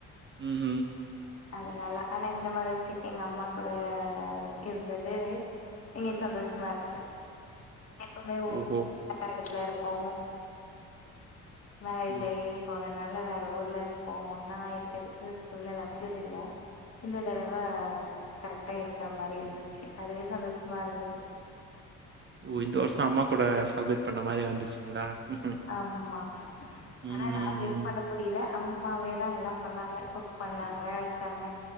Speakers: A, on the right; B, on the left.
A: உம் உம்.
B: அதனால ஆனா இந்த மாதிரிச்சக்க எங்க அம்மா கூட இருந்தது இன்னி சந்தோஷமாச்சு. எப்பமே ஓ
A: ஓஹோ
B: <unintelligible> பாவோ மேரேஜ்
A: ம்
B: ஆய் போன. நல்ல வேற ஊர்ல இருக்கும்கோ ஒன்னா இருக்கிறதுக்கு சூழ்நிலை அமஞ் ஞ்சது இல்ல இந்த தடவை கரெக்டா இருக்கிற மாரி இருந்துச்சு அதுவே சந்தோஷமா இருந்தது
A: ஓ இந்த வருஷ அம்மா கூட சலப்ரேட் இந்த மாரி வந்துச்சுங்களா ம்ஹும்
B: ஆமா
A: ம்ஹும்
B: ஆனா நாங்க எது பண்ண முடியலமா அம் அம்மாவேதா எல்லா பண்ணாங்க குக் பண்ணாங்க வச்சாங்க